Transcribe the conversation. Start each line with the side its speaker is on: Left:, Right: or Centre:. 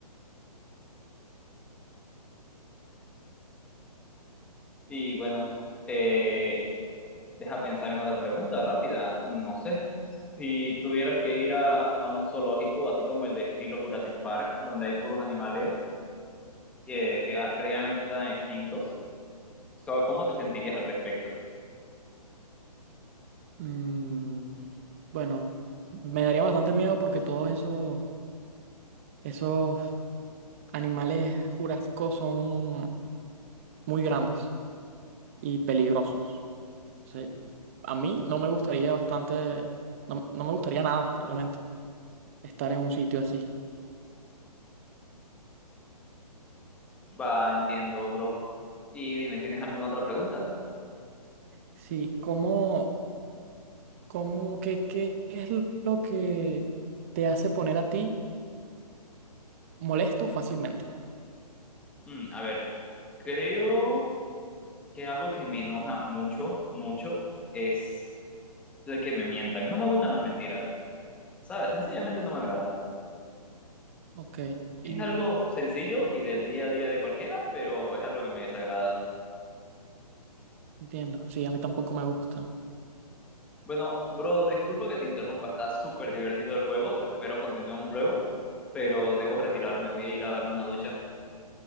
Centre: Y bueno, eh, deja pensar en otra pregunta rápida. No sé. Si tuvieras que ir a, a un zoológico, así como el de estilo Jurassic Park, donde hay puros animales que, que previamente estaban extintos. So, ¿Cómo te sentirías al respecto?
Right: Mm, bueno, me daría bastante miedo porque todos esos, esos animales jurásicos son muy grandes y peligrosos. O sea, a mí no me gustaría bastante, no, no me gustaría nada realmente estar en un sitio así.
Centre: Va, entiendo, bro. Y dime, ¿tienes alguna otra pregunta?
Right: Sí, ¿cómo, cómo, qué, qué es lo que te hace poner a ti molesto fácilmente?
Centre: Mm, a ver, creo que algo que me enoja mucho, mucho, es el que me mientan. No me gustan las mentiras, ¿sabes? Sencillamente no me agradan.
Right: Ok,
Centre: Es
Right: y
Centre: algo sencillo y del día a día de cualquiera, pero es algo que me desagrada.
Right: entiendo, sí, a mí tampoco me gusta.
Centre: Bueno, bro, disculpa que te interrumpa, está súper divertido el juego, espero continuemos luego, pero debo retirarme, voy a ir a darme una ducha.